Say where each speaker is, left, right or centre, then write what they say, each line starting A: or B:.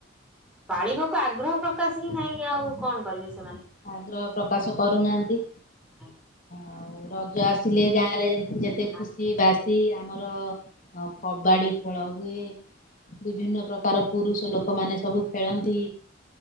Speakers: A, in the centre; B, on the left (about 45°).
A: ପାଳିବାକୁ ଆଗ୍ରହ ପ୍ରକାଶ ହିଁ ନାହିଁ ଆଉ କଣ କରିବେ ସେମାନେ।
B: ଆଗ୍ରହ ପ୍ରକାଶ କରୁନାହାନ୍ତି।
A: ହଁ। <inaudible>
B: ଆଉ ରଜ ଆସିଲେ ଗାଁ ରେ ଯେତେ ଖୁସି
A: ଆଜ୍ଞା ଆଜ୍ଞା
B: ବାସି ବାସି ଆମର କବାଡି ଖେଳ ହୁଏ। ବିଭିନ୍ନ ପ୍ରକାର ପୁରୁଷ ଲୋକମାନେ ସବୁ ଖେଳନ୍ତି